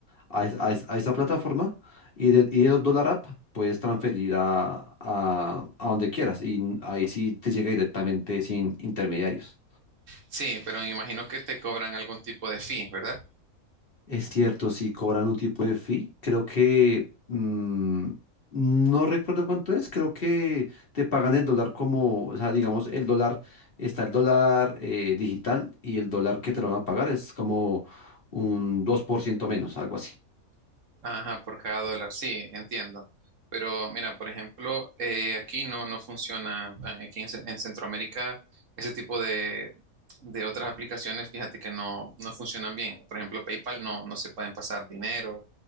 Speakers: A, on the left; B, on the right.
A: a, es- a, es- a esa plataforma y de, y de Dollar App puedes transferir a, a, a donde quieras. Y ahí sí te llega directamente sin intermediarios.
B: sí, pero me imagino que te cobran algún tipo de fee, ¿verdad?
A: Es cierto, sí, cobran un tipo de fee. Creo que mm, no recuerdo cuánto es. Creo que te pagan el dólar como, o sea, digamos, el dólar, está el dólar eh, digital y el dólar que te lo van a pagar es como un 2% menos, algo así.
B: Ajá, por cada dólar, sí, entiendo. Pero mira, por ejemplo, eh, aquí no, no funciona, eh, aquí en, Ce- en Centroamérica, ese tipo de, de otras aplicaciones, fíjate que no, no funcionan bien. Por ejemplo, PayPal no, no se pueden pasar dinero.